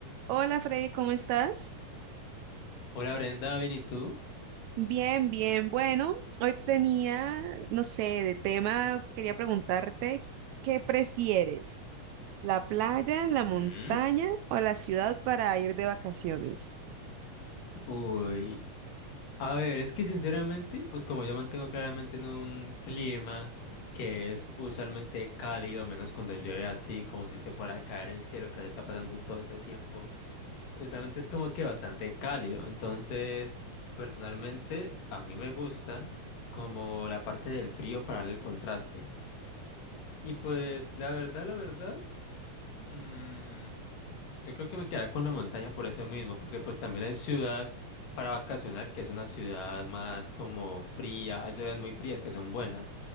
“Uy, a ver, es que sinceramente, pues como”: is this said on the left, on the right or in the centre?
Left